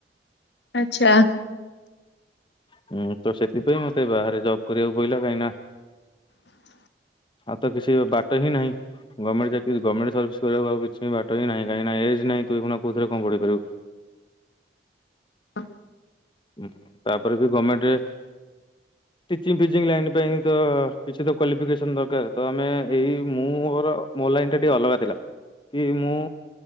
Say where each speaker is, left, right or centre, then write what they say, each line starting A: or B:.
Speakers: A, on the left; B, on the left.
A: ଆଚ୍ଛା।
B: ହୁଁ ତ ସେଥିପାଇଁ ମତେ ବାହାରେ ଜବ୍ କରିବାକୁ ପଇଲା କାହିଁଙ୍କି ନା
A: ଁ
B: ଆଉ ତ କିଛି ବାଟ ହିଁ ନାହିଁ। ଗମେଣ୍ଟ ଚାକିରି ଗମେଣ୍ଟ ସର୍ଭିସ୍‌ କରିବାକୁ ଆଉ କିଛି ବାଟ ହିଁ ନାହିଁ କାହିଁଙ୍କିନା ଏଜ୍‌ ନାହିଁ ତୁଇ ଏଗୁଣା କୋଉଥିରେ କଣ ପଢ଼େଇ ପାରିବୁ।
A: ହ।
B: ହୁଁ ତାପରେ ବି ଗମେଣ୍ଚେ
A: ହ
B: ଟିଚିଂ ଫିଚିଂ ଲାଇନ ପାଇଁ ତ କିଛି ତ କ୍ଵାଲିଫିକେସନ ଦରକାର ତ ଆମେ ହେଇ ମୁଁ ମୋର ମୋ ଲାଇନ ଟା ଟିକେ ଅଲଗା ଥିଲା କି ମୁଁ